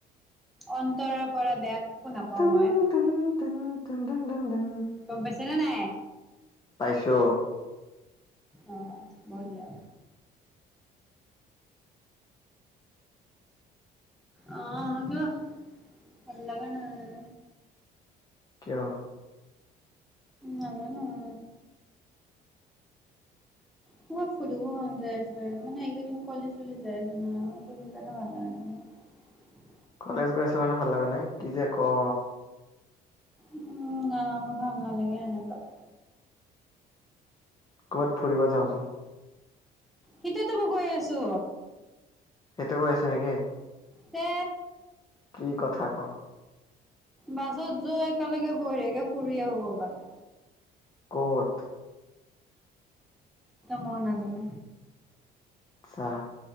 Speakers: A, in the centre; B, on the left.
A: অন্তৰৰ পৰা বেয়া। একো নাপাওঁ
B: টুম
A: মই
B: টুম। তিন তিন তিন দিন দিন।
A: গম পাইছে নে নাই।
B: পাইছো।
A: অ বঢ়িয়া। অহ কিবা ভাল লগা নাই।
B: কিয়।
A: নাজানোঁ মোৰ ফুৰিব মন যাই আছে মানে এইকেইদিন কলেজলে যাই আছো ন সেইকাৰণে মণ নাই মোৰ।
B: কলেজ গৈ আছ কাৰণে ভাল লগা নাই কি যে কও।
A: উম না ভাল নালাগে এনেকাত।
B: ক'ৰবাত ফুৰিব যাওঁ যাওঁ
A: সেইটোৱেতো মই কৈ আছো
B: সেইটোৱে কৈ আছা নেকি?
A: তে
B: কি কথা ক
A: বাছত গৈ একেলগে বঢ়িয়াকে ফুৰি আহোঁ ক'ৰবাত।
B: ক'ত
A: মই নাজানো
B: <unintelligible> ফাক